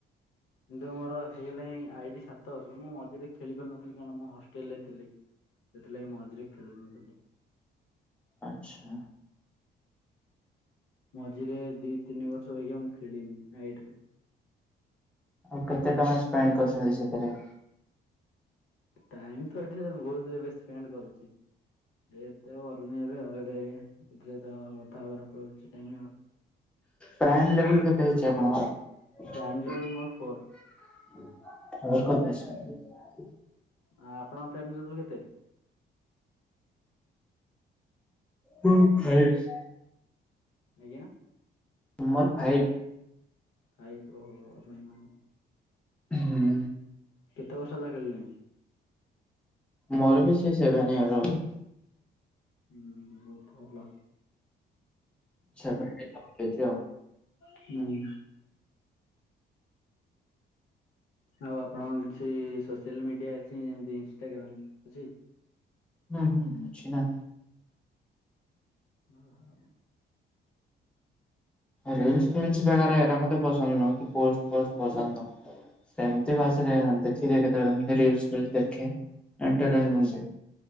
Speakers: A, on the left; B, in the centre.
A: କିନ୍ତୁ ମୋର ହେଇଗଲାଣି ଆଇଡି ସାତ ବର୍ଷ ମୁଁ ମଝିରେ ଖେଳି ପାରୁନଥିଲି କାରଣ ମୁଁ ହଷ୍ଟେଲ ରେ ଥିଲି। ସେତଥିଲାଗି ମଝିରେ ଖେଳୁନୁ ସେଠୁ
B: ଆଚ୍ଛା।
A: ମଝିରେ ଦି ତିନି ବର୍ଷ ଲା ମୁଁ ଖେଳିିନି ନାଇଟ ରେ।
B: ଆଉ କେତେ ଟଙ୍କା ସ୍ପେଣ୍ଡ କରୁଛନ୍ତି ସେଥିରେ?
A: ଟାଇମ ତ ଏଠି ବହୁତ ଏବେ ସ୍ପେଣ୍ଡ କରୁଛି। ଏତେ କରନି ଏବେ <unintelligible> ଟାଇମ ଆଉ।
B: ପ୍ରାଇମ ଲେବଲ କେତେ ହେଇଚି ଆପଣଙ୍କର?
A: ପ୍ରାଇମ ଲେବୁଲ ମୋର ଫୋର
B: <unintelligible>
A: ଆ ଆପଣଙ୍କ ଫ୍ୟାମିଲି ବ କେତେ?
B: ହଁ ଖାଇଚି।
A: ଆଜ୍ଞା।
B: ମୋର ଫାଇଭ୍।
A: ପାଇପ ଉ ଆପଣ ମା
B: ହୁଁ।
A: କେତେ ବର୍ଷ ହେଲା ଖେଳିଲଣି?
B: ମୋର ବି ସେ ସେବେନ୍ ୟିଆର ହେବ।
A: ହୁଁ ଭଲ।
B: <unintelligible>
A: ହୁଁ। ଆଉ ଆପଣଙ୍କ କିଛି ସୋସିଆଲ ମିଡିଆ ଅଛି ଯେମିତି ଇନଷ୍ଟଟାଗ୍ରାମ ଅଛି?
B: ହୁଁ ହୁଁ ଅଛି ନା।
A: ହଁ ହ।
B: ରିଲ୍ସ ଫିଲ ସ ବାଗରା ଏଇତା ମୁଁ ର ପସନ୍ଦ ନୁହଁ କି ପୋ ପୋଷ୍ଟ ପସନ୍ଦ ନୁହଁ। ଏମିତି ମାସରେ ଦେଖ ଦିଏ କେତେବେଳେ ଫିଲ୍ ଦେଖେ। ଏଣ୍ଟରଟମେଣ୍ଟଁ
A: ହୁଁ